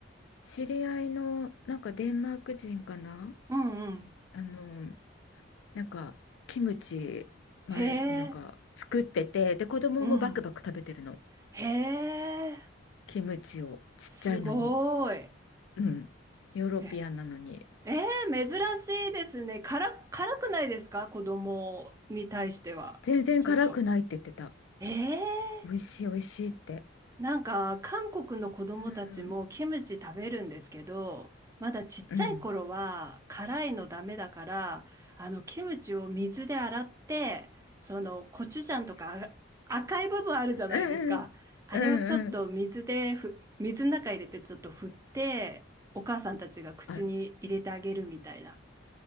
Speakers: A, on the left; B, on the right.
A: 知り合いの、なんかデンマーク人かな
B: うんうん。
A: あの、なんかキムチ前なんか作っててで子供もバクバク食べてるの
B: へえ、うん。へえ、
A: キムチをちっちゃいのに
B: すごい。
A: うんヨーロピアンなのに
B: え、えー珍しいですね。辛、辛くないですか子供に対しては。
A: 全然辛くないって言ってた
B: ちょっと。ええ
A: 美味しい美味しいって
B: なんか韓国の子供たちもキムチ食べるんですけど、
A: うん
B: まだちっちゃい頃は辛いのダメだから、
A: うん
B: あのキムチを水で洗って、そのコチュジャンとかあ赤い部分あるじゃないですか。
A: うんうんうん
B: あれをちょっと水でふ、水の中入れてちょっと振って、お母さんたちが口に入れてあげるみたいな。
A: あ